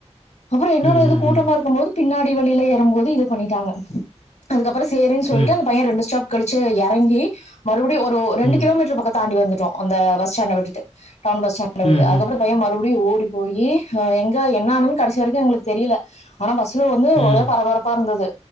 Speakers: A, on the left; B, on the left.
A: அப்புறோ என்னோட
B: ம்ஹ்ஹ்ம்.
A: இது கூட்டமா இருக்கு போது பின்னாடி வழியில ஏறும் போது இத பண்ணிட்டாங்க அதுக்கப்புறோ சேரின்னு சொல்லிட்டு
B: ம்.
A: அந்த பைய ரெண்டு ஸ்டாப் கழிச்சு எறங்கி மறுபடி ஒரு ரெண்டு
B: ம்.
A: கிலோமீட்டர் பக்கத் தாண்டி வந்துட்டோ அந்த பஸ்டாண்ட விட்டுட்டு டவுன் பஸ்டாண்ட விட்டு
B: ம்ஹ்ம்.
A: அதுக்கப்பறம் அந்த பையன் மறுபடி ப்டி ஓடி போயி எங்க என்னானன் கடைசி வரைக்கு எங்களுக்கு தெரியல ஆனா பஸ்ல வந்து
B: ம். ம்.
A: ஒரே பரபரப் ப்பா இருந்தது